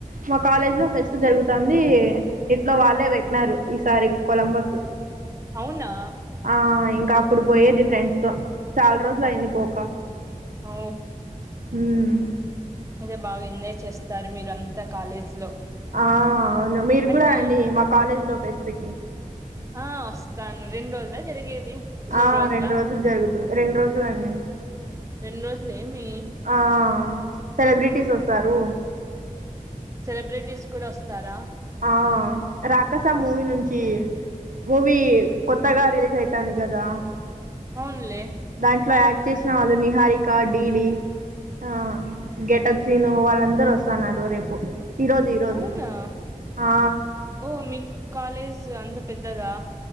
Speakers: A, on the right (about 70°); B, on the right (about 20°).
A: మా కాలేజ్ లో ఫెస్ట్ జరుగుతుంది ఇట్లో వాళ్ళే పెట్టినారు ఈసారి కొలంబస్
B: అవునా
A: ఆ ఇంకా అప్పుడు పోయేది ఫ్రెండ్స్ తో చాలా రోజులు
B: అప్
A: అయింది పోక
B: ఓ
A: మ్మ్
B: అదే బాగా ఎంజాయ్ చేస్తారు మీరు అంతా కాలేజ్ లో
A: ఆ అవును మీరు
B: అంటే
A: కూడా రండి మా కాలేజీ లో ఫెస్ట్ కి
B: ఆ వస్తాను రెండు రోజులా జరిగేది మూడు
A: ఆ
B: రోజులా
A: రెండు రోజులు జరుగుతుంది రెండు రోజులండి
B: రెండు రోజులు ఏమి
A: ఆ సెలబ్రిటీస్ వస్తారు
B: సెలబ్రిటీస్ కూడా వస్తారా
A: ఆ రాకస మూవీ నుంచి మూవీ కొత్తగా రిలీజ్ అయితాంది కదా
B: అవున్లే
A: దాంట్లో యాక్ట్ చేసిన వాళ్ళు నిహారిక డీడీ ఆ గెటప్ సీను వాళ్ళందరుూ వస్తున్నారు రేపు ఈరోజు ఈరోజు
B: అవునా
A: ఆ
B: ఓ మీ కాలేజ్ అంత పెద్దదా